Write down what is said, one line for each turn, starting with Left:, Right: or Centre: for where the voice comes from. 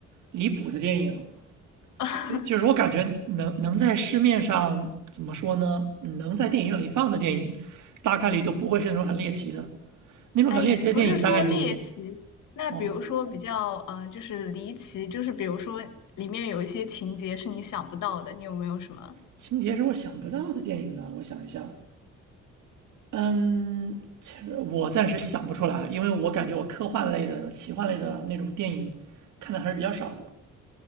Right: 离谱的电影，
Left: <laughs>
Right: 就就是我感觉能能在市面上怎么说呢？能在电影院里放的电影，大概率都不会是那种很猎奇的。那种很猎奇的电影，
Left: 哎，不是说猎奇，
Right: 大概你
Left: 那比如说比较，
Right: 哦，
Left: 嗯、就是离奇，就是比如说里面有一些情节是你想不到的，你有没有什么？
Right: 情节是我想不到的电影呢。我想一下，嗯，其实我暂时想不出来，因为我感觉我科幻类的、奇幻类的那种电影看的还是比较少的。